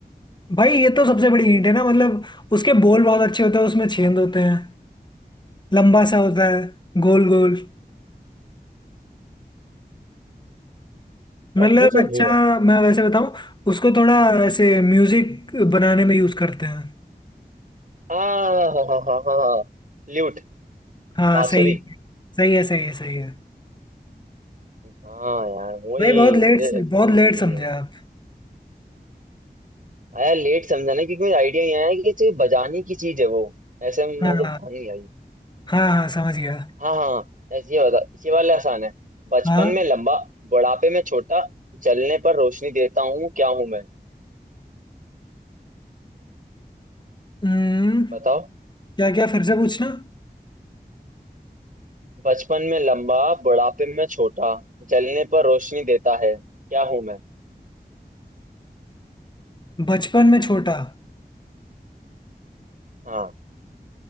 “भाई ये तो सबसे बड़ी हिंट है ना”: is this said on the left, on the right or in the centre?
Left